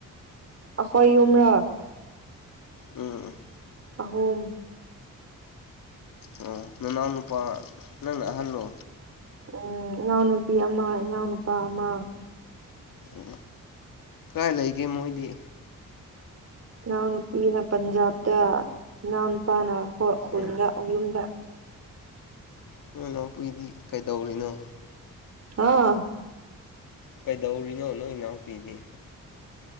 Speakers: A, on the right; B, on the left.
A: ꯑꯈꯣꯏ ꯌꯨꯝ꯭ꯔꯥ
B: ꯎꯝ ꯎꯝ
A: ꯑꯍꯨꯝ
B: ꯑꯣ ꯅꯅꯥꯎ ꯅꯨꯄꯥ ꯅꯪꯅ ꯑꯍꯜꯂꯣ
A: ꯎꯝ ꯏꯅꯥꯎ ꯅꯨꯄꯤ ꯑꯃ ꯏꯅꯥꯎ ꯅꯨꯨꯄꯥ ꯑꯃ
B: ꯎ ꯀꯗꯥꯥꯏ ꯂꯩꯒꯦ ꯃꯣꯏꯗꯤ
A: ꯅꯅꯥꯎꯅ ꯅꯨꯄꯤꯅ ꯄꯟꯖꯥꯕꯗ ꯅꯅꯥꯎꯅꯄꯥꯥꯅ ꯍꯣꯏ ꯈꯨꯟꯗ
B: ꯎꯝ
A: ꯌꯨꯝꯗ
B: ꯅꯣꯏ ꯅꯥꯎꯄꯨꯏꯗꯤ ꯀꯩꯗꯧꯔꯤꯅꯣ
A: ꯑꯥ
B: ꯀꯩꯗꯧꯔꯤꯅꯣ ꯅꯣꯏ ꯏꯅꯥꯎꯄꯤꯗꯤ